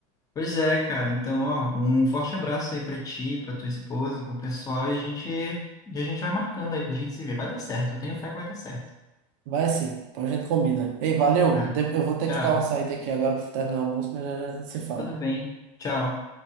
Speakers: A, on the left; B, on the right.
A: Pois é, cara. Então, ó, um forte abraço aí pra ti, pra tua esposa, pro pessoal e a gente, e a gente vai marcando aí pra gente se ver. Vai dar certo. Eu tenho fé que vai dar certo.
B: Vai sim, depois a gente combina. Ei, valeu.
A: Vai.
B: De- Eu vou ter
A: Tchau.
B: que dar uma saída aqui agora para terminar o almoço, mas já, já a gente se fala.
A: Tudo bem. Tchau.